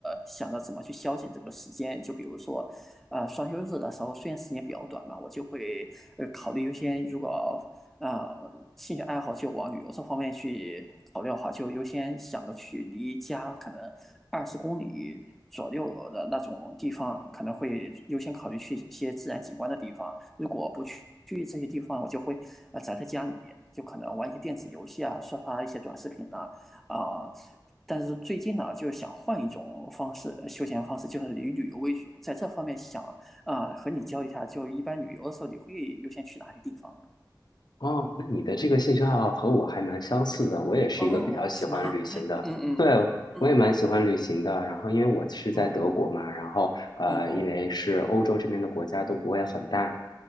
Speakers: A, in the centre; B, on the left (about 60°).
A: 想着怎么去消遣这个时间。就比如说，呃，双休日的时候，虽然时间比较短嘛，我就会呃考虑优先，如果呃兴趣爱好就往旅游这方面去考虑的话，就优先想着去离家可能二十公里左右的那种地方，可能会优先考虑去一些自然景观的地方。如果不去去这些地方，我就会呃宅在家里，就可能玩一些电子游戏啊，刷刷一些短视频呐、啊，但是最近呢，就是想换一种方式，呃休闲方式，就是以旅游为主。在这方面想，呃，和你交流一下，就一般旅游的时候，你会优先去哪些地方呢？
B: 哦，那你的这个兴趣爱好和我还蛮相似的，我也是一个比较喜欢旅行的，
A: 哦，是吗？<laughs> 嗯嗯嗯
B: 对，我也蛮喜欢旅行的。然后因为我是在德国嘛，
A: 嗯，
B: 然后呃，
A: 哦，
B: 因为是欧洲这边的国家都不会很大，